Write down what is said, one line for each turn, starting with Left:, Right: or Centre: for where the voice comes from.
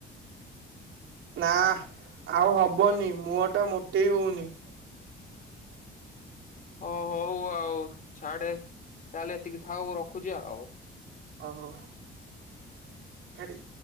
Right: ନା ଆଉ ହବନି ମୁହ ଟା ମୋଟେଇ ହଉନି।
Left: ଅ ହଉ ଆଉ ଛାଡେ। ତାହେଲେ ଏତିକି ଥାଉ। ଖୋଜେ ଆଉ
Right: ଓହୋ ହେଟି